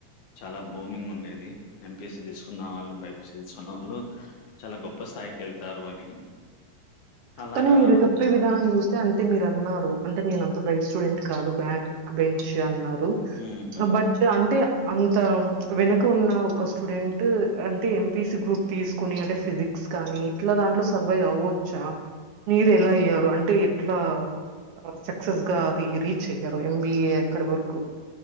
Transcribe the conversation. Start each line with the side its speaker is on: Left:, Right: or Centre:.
Left: చాలా బూమింగ్ ఉండేది ఎంపీసి తీసుకున్న వాళ్ళు బైపిస తీసుకున్న వాళ్ళు. చాలా గొప్ప స్థాయికి వెళ్తారు అని. అలాగా
Right: కానీ మీరు చెప్పే. విధానం చూస్తే అంటే మీరు అన్నారు అంటే నేను అంత బైట్ స్టూడెంట్ కాదు బ్యాక్ బెంచ్ అన్నారు.
Left: ఉహు
Right: హా‌ బట్ అంటే అంతా వెనుక ఉన్న ఒక స్టూడెంట్ అంటే ఎంపీసి గ్రూప్ తీసుకొని అంటే ఫిజిక్స్ కానీ ఇట్లా దాంట్లో సర్వైవ్ అవ్వచ్చా. మీరు ఎలా అయ్యారు అంటే ఎట్లా. సక్సెస్ గా అది రీచ్ అయ్యారు ఎంబిఏ అక్కడ వరకు.